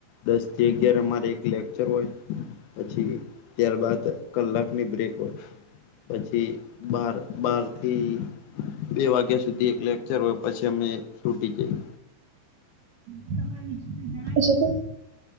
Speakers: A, on the left; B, on the right.
A: દસ થી અગયાર મારે એક લેક્ચર હોય પછી ત્યારબાદ કલાકની બ્રેક હોય. પછી બાર બારથી બે વાગ્યા સુધી એક લેક્ચર હોય પછી અમે છૂટી જઈએ.
B: <inaudible> જણાવી શકો.